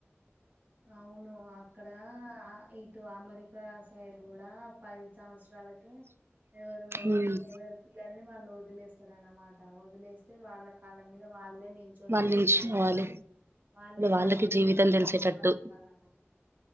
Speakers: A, on the right; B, on the right.
A: అవును అక్కడ ఇటు అమరి సైడ్ కూడా పై సం వాళ్ళకి ఎవరు
B: ఉమ్,
A: ఎవరి పిల్లల్ని వాళ్ళు అదిలే సర అనమాట అదిలే తే వాళ్ళ కాలం మీద వాళ్ళే నిల్చొని
B: వాళ్ళు
A: బతకాల
B: నిల్చుకోవాలి
A: అన్నమాట వాళ్ళే
B: వాళ్ళకి
A: పని చేేసుకుంటూ
B: జీవితం తెలిసేటట్టు
A: వాళ్ళే బత కలా